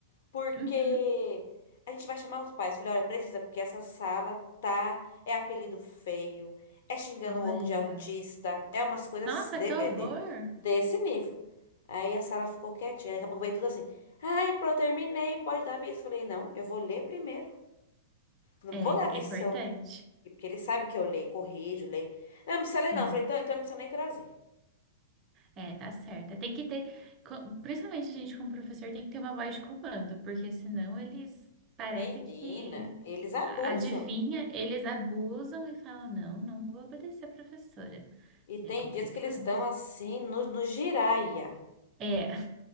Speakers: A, on the left (about 65°); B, on the right (about 30°).
A: Porque
B: Uhum.
A: a gente vai chamar os pais. Falei, olha, precisa, porque essa sala tá. É apelido feio, é xingando
B: Olha.
A: o outro de autista, é umas coisas
B: Nossa,
A: de-
B: que horror!
A: é de- desse nível. Aí a sala ficou quietinha. Daqui a pouco veio tudo assim. Ai, pronto, terminei, pode dar aviso. Falei, não, eu vou ler primeiro. Não
B: É,
A: vou dar aviso
B: é importante.
A: se eu... Porque ele sabe que eu leio, corrijo, leio. Não, não precisa
B: Sim,
A: ler, não. Falei, então, então não precisa nem trazer.
B: é, tá certo. Tem que ter, co- principalmente a gente como professor tem que ter uma voz de comando, porque senão eles parece
A: Menina,
B: que
A: eles abusam.
B: adivinha, eles abusam e falam, não, não vou obedecer a professora.
A: E tem
B: É complicado.
A: dias que eles estão assim, no, no giraia.
B: É,